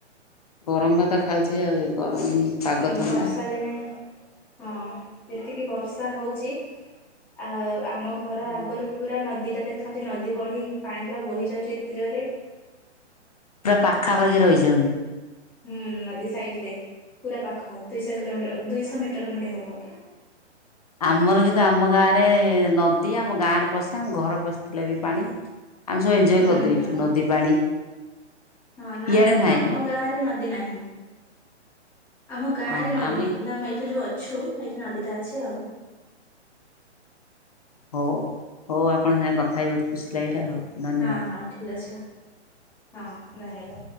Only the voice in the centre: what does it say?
ହୁଁ
<unintelligible> ହଁ, ଏତିକି ବର୍ଷା ହଉଛି, ଆ-ଆମ ଘର
ଆଗରୁ ପୁରା ନଦୀଟା ଦେଖାଆଉଛି। ନଦୀ ବଢି, ପାଣି ପୁରା ବହି ଯାଉଛି, ଏତେ ଜୋରେ।
ହୁଁ, ନଦୀ ସାଇଡରେ। ପୁରା ପାଖ ଦୁଇଶହ କିଲୋମିଟର, ଦୁଇଶହ ମିଟର ଖଣ୍ଡେ ହବ।
ହୁଁ
ହୁଁ
ହଁ, ନାଇଁ,
ଆମ ଗାଁରେ ନଦୀ ନାହିଁ। ଆମ ଗାଁରେ
ନଦୀ
ନାହିଁ, କିନ୍ତୁ ଆମେ ଏଇଠି ଯୋଉ ଅଛୁ, ଏଇଠି ନଦୀଟା ଅଛି ଆଉ।
ହଁ, ହଁ ଠିକ୍ ଅଛି। ହଁ, ଧନ୍ୟବାଦ।